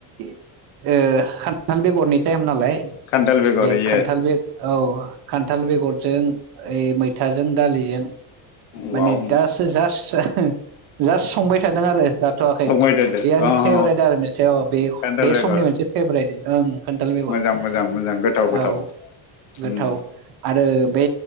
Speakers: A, on the right; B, on the left.
A: ओ खान्थाल बेगरनि टाइम नालाय
B: खान्थाल बेगर
A: बे
B: येस
A: खान्थाल बेग औ खान्थाल बेगर जों ओइ मैथाजों दालिजों माने
B: वाव
A: दासो जास ओ जास्ट संबाय थादों आरो जाथ'वाखै
B: संबाय थादो
A: बे
B: अ
A: आंनि फेभरेट
B: ह
A: आरो मोनसे अ बे
B: खान्थाल
A: बे
B: बेगर
A: समनि मोनसे फेब्रेट खान्थाल बेगर
B: मोजां मोजां मोजां गोथाव गोथाव
A: औ गोथाव
B: उम
A: आरो बे